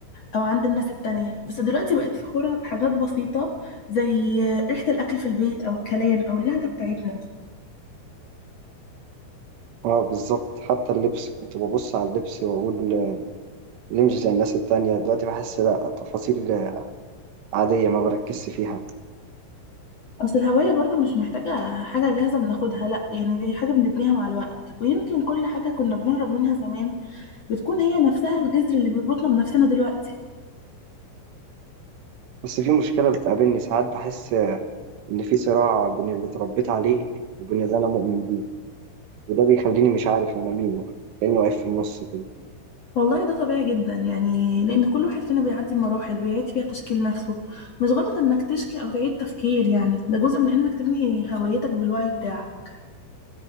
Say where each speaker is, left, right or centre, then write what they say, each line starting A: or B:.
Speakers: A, on the left; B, on the right.
A: او عند الناس التانية بس دلوقتي بقيت فخورة بحاجات بسيطة زي ريحة الاكل في البيت او الكلام او اللهجة بتاعتنا
B: اه بالظبط حتى اللبس كنت ببص على اللبس واقول ليه مش زي الناس التانية دلوقتي بحس لا تفاصيل عادية ما بركزش فيها
A: اصل الهوية برضو مش محتاجة حاجة جاهزة بناخدها لا يعني دي حاجة بنبنيها مع الوقت ويمكن كل حاجة كنا بنهرب منها زمان بتكون هي نفسها الجذر اللي بيربطنا بنفسنا دلوقتي
B: بس في مشكلة بتقابلني ساعات بحس إن في صراع بين اللي اتربيت عليه وبين اللي أنا مؤمن بيه وده بيخليني مش عارف أنا مين كأنه واقف في النص كده
A: والله ده طبيعي جدا يعني لأن كل واحد فينا بيعدي مراحل بيعيد فيها تشكيل نفسه مش غلط إنك تشكي أو تعيد تفكير يعني ده جزء من إنك تبني هويتك بالوعي بتاعك